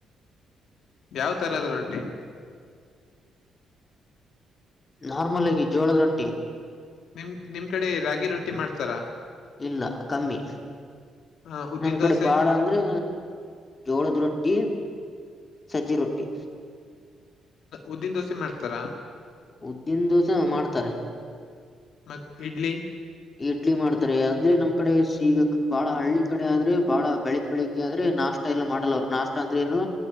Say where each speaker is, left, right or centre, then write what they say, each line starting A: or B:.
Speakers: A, on the left; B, on the left.
A: ಯಾವ್ ತರದ ರೊಟ್ಟಿ.
B: ನಾರ್ಮಲ್ ಆಗಿ ಜೋಳದ ರೊಟ್ಟಿ.
A: ನಿಮ ನಿಮ್ ಕಡೆ ರಾಗಿ ರೊಟ್ಟಿ ಮಾಡ್ತಾರಾ.
B: ಇಲ್ಲ ಕಮ್ಮಿ.
A: ಆ ಉದ್ದಿನ
B: ನಮ್ ಕಡೆ
A: ದೋಸೆ
B: ಬಾಳ ಅಂದ್ರೆ ಜೋಳದ ರೊಟ್ಟಿ. ಸಜ್ಜಿ ರೊಟ್ಟಿ.
A: ಉದ್ದಿನ ದೋಸೆ ಮಾಡ್ತಾರಾ.
B: ಉದ್ದೀನ್ ದೋಸೆ ಹ ಮಾಡ್ತಾರೆ.
A: ಮತ್ತ ಇಡ್ಲಿ.
B: ಇಡ್ಲಿ ಮಾಡ್ತಾರೆ ಅಂದ್ರೆ ನಮ್ ಕಡೆ ಈಗ ಬಾಳ ಹಳ್ಳಿ ಕಡೆ ಆದ್ರೆ ಬಾಳ ಬೆಳಗ್ ಬೆಳಿಗ್ಗೆ ಆದ್ರೆ ನಾ ನಾಷ್ಟ ಎಲ್ಲ ಮಾಡಲ್ಲ ಅವರು ನಾಷ್ಟ ಅಂದ್ರೆ ಏನು